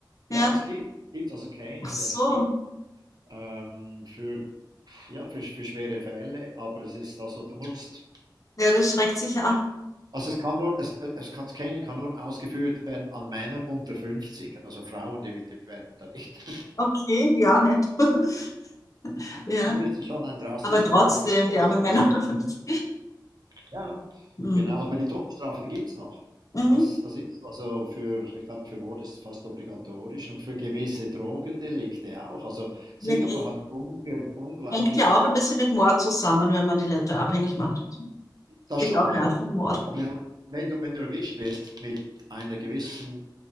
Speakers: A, on the right; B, on the left.
A: Ja,
B: Ja,
A: das gibt. Gibt also Caning,
B: ach so.
A: das gibt. Ähm, für, ja, für, für schwere Fälle, aber es ist also, du musst.
B: Ja, das schreckt sich ab.
A: Also es kann nur, es, es kann, Caning kann nur ausgeführt werden an Männern unter 50. Also Frauen, die, die werden da nicht.
B: Okay, ja, nett. <laughs> Ja,
A: müsste schon ein drastisches
B: aber trotzdem,
A: Verbrechen vorliegen.
B: die armen Männer dürfen das.
A: Ja,
B: Mhm.
A: genau. Aber die Todesstrafe, die gibt es noch.
B: Mhm.
A: Das, das ist also für, ich glaube, für Mord ist es fast obligatorisch und für gewisse Drogendelikte auch. Also Singapur
B: Wirklich.
A: hat unge unglaublich,
B: Hängt ja auch ein bisschen mit Mord zusammen, wenn man die Leute abhängig macht. und so.
A: das
B: Ist
A: schon,
B: auch eine
A: ja.
B: Art von Mord.
A: Aber die haben, wenn du, wenn du erwischt wirst mit einer gewissen,